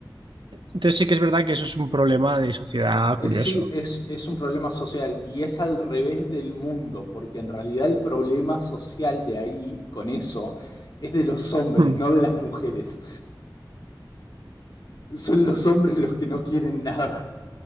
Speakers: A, on the right (about 80°); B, on the left (about 60°).
A: entonces sí que es verdad que eso es un problema de sociedad
B: Es,
A: curioso.
B: sí, es, es un problema social y es al revés del mundo, porque en realidad el problema social de ahí, con eso, es de los hombres,
A: Hmm.
B: no de las mujeres. Son los hombres los que no quieren nada.